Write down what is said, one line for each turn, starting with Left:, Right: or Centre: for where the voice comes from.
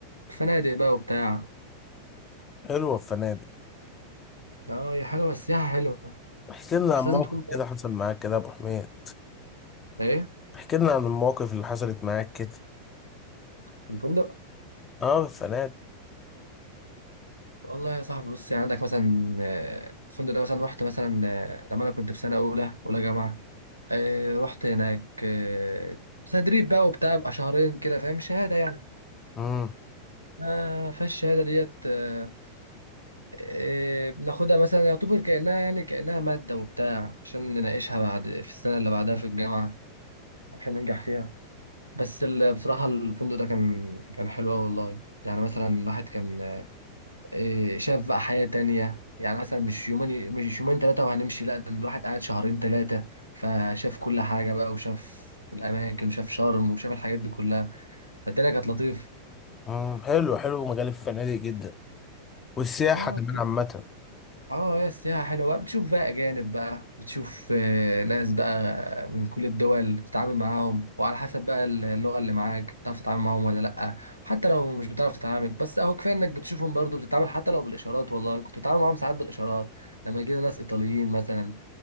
Right: فنادق بقى وبتاع
Left: حلوه في فنادق
Right: اه هي حلوة السياحة حلوة
Left: احكي لنا عن
Right: بس
Left: موقف
Right: لازم تكون فاهم
Left: كده حصل معاك كده يا ابو حميد
Right: ايه
Left: احكي لنا عن المواقف اللي حصلت معاك كده
Right: في الفندق
Left: اه في الفنادق
Right: والله يا صاحبي بص يعني عندك مثلا آه، الفندق ده مثلا رحت مثلا آه، لما انا كنت في سنه اولى اولى جامعه آه، رحت هناك آه، تدريب بقى وبتاع بقى شهرين كده فاهم شهاده يعني
Left: مم.
Right: آه، فالشهاده ديت آه، آه، بناخدها مثلا يعتبر كانها يعني كانها ماده وبتاع عشان نناقشها بعد في السنه اللي بعدها في الجامعه عشان ننجح فيها بس ال- بصراحه الفندق ده كان كان حلو أوي والله يعني مثلا الواحد كان إيه، شاف بقى حياة تانية يعني مثلا مش يومين مش يومين ثلاثة وهنمشي لا ده الواحد قاعد شهرين ثلاثة فشاف كل حاجة بقى وشاف الأماكن وشاف شرم وشاف الحاجات دي كلها فالدنيا كانت لطيفة
Left: امم حلو حلو مجال الفنادق جدا والسياحة
Right: اه
Left: كمان عامة
Right: اه هي السياحة حلوة بقى بتشوف بقى أجانب بقى بتشوف آه، ناس بقى من كل الدول بتتعامل معاهم وعلى حسب بقى اللغة اللي معاك بتعرف تتعامل معاهم ولا لأ حتى لو مش بتعرف تتعامل بس أهو كفاية إنك بتشوفهم برضو بتتعامل حتى لو بالإشارات والله كنت بتتعامل معاهم ساعات بالإشارات لما يجينا ناس إيطاليين مثلا